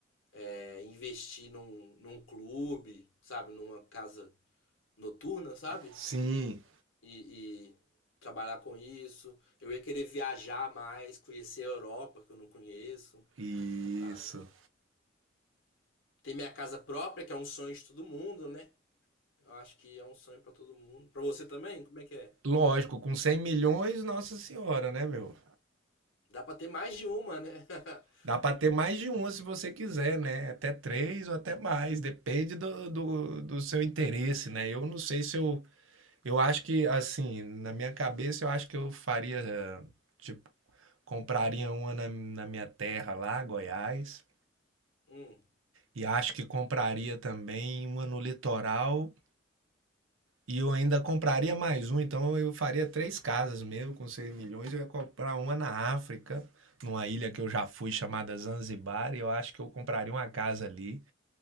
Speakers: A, on the left; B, on the right.
A: É, investir num, num clube, sabe? Numa casa noturna, sabe?
B: Sim.
A: e, e trabalhar com isso. Eu ia querer viajar mais, conhecer a Europa, que eu não conheço,
B: Isso.
A: sabe? Ter minha casa própria, que é um sonho de todo mundo, né? Eu acho que é um sonho pra todo mundo. Pra você também? Como é que é?
B: Lógico, com 100 milhões, nossa senhora, né, meu?
A: Dá pra ter mais de uma, né? <laughs>
B: Dá para ter mais de uma se você quiser, né? Até três ou até mais, depende do, do, do seu interesse, né? Eu não sei se eu. Eu acho que, assim, na minha cabeça, eu acho que eu faria. eh, Tipo, compraria uma na, na minha terra lá, Goiás.
A: Hum,
B: E acho que compraria também uma no litoral. E eu ainda compraria mais um, então eu faria três casas mesmo, com seis milhões. Eu ia comprar uma na África, numa ilha que eu já fui chamada Zanzibar. E eu acho que eu compraria uma casa ali.